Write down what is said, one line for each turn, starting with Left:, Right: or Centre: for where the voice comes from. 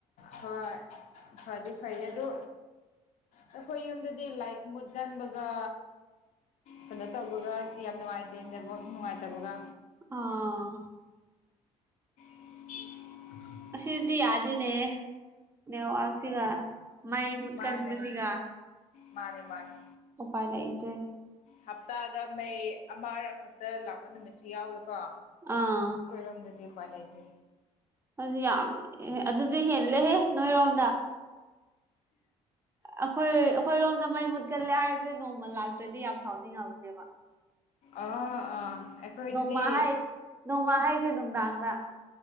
Left: ꯍꯣꯏ ꯐꯗꯤ ꯐꯩ ꯑꯗꯨ ꯑꯩꯈꯣꯏ ꯌꯨꯝꯗꯗꯤ ꯂꯥꯏꯛ ꯃꯨꯠꯀꯟꯕꯒ ꯀꯩꯅꯣ ꯇꯧꯕꯒ ꯌꯥꯝ ꯅꯨꯡꯉꯥꯏꯇꯦ ꯅꯕ ꯅꯨꯡꯉꯥꯏꯇꯕꯒ
Right: ꯑꯥ
Left: <inaudible>
Right: ꯁꯤꯗꯤ ꯌꯥꯗꯣꯏꯅꯦ ꯅꯦꯋꯥꯛꯁꯤꯒ ꯃꯩ ꯃꯨꯠꯀꯟꯕꯁꯤꯒ
Left: ꯃꯥꯅꯦ ꯃꯥꯅꯦ ꯃꯥꯅꯦ
Right: ꯑꯣꯄꯥꯏ ꯂꯩ ꯂꯩꯇꯦ
Left: ꯍꯞꯇꯥꯗ ꯃꯩ ꯑꯃ ꯈꯛꯇ ꯂꯥꯛꯄ ꯅꯨꯃꯤꯠꯁꯨ ꯌꯥꯎꯋꯦꯀꯣ
Right: ꯑꯥ
Left: ꯑꯣꯏꯔꯣꯝꯗꯗꯤ ꯎꯄꯄꯥ ꯂꯩꯇꯦ
Right: ꯑꯗꯨ ꯌꯥꯝ ꯑꯗꯨꯗꯤ ꯍꯦꯜꯂꯦꯍꯦ ꯅꯣꯏꯔꯣꯝꯗ ꯑꯩꯈꯣꯏ ꯑꯩꯈꯣꯏꯔꯣꯝꯗ ꯃꯩ ꯃꯨꯠ ꯆꯠꯂꯦ ꯍꯥꯏꯔꯤꯁꯦ ꯅꯣꯡꯃ ꯂꯥꯛꯇ꯭ꯔꯗꯤ ꯌꯥꯝ ꯁꯥꯎꯅꯤꯡꯉꯕꯅꯦꯕ
Left: ꯑ ꯑ ꯑꯩꯈꯣꯏ
Right: ꯅꯣꯡꯃ
Left: ꯑꯗꯨꯗꯤ
Right: ꯍꯥꯏꯁ ꯅꯣꯡꯃ ꯍꯥꯏꯁꯦ ꯅꯨꯡꯗꯥꯡꯗ